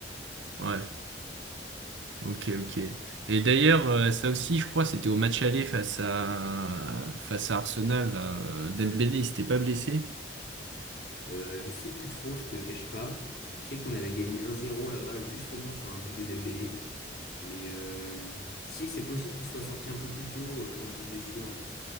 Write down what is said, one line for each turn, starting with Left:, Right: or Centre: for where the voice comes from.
Right: Ouais. Ouais. Ok, ok. Et d'ailleurs, euh, ça aussi, je crois, c'était au match aller face à, face à Arsenal. là. Euh, Dembélé, il s'était pas blessé.
Left: Euh, je sais plus trop, je te cache pas. Je sais qu'on avait gagné 1-0 là-bas, justement sur un but de Dembélé. Mais euh, si, c'est possible qu'il soit sorti un peu plus tôt euh, pour une petite blessure.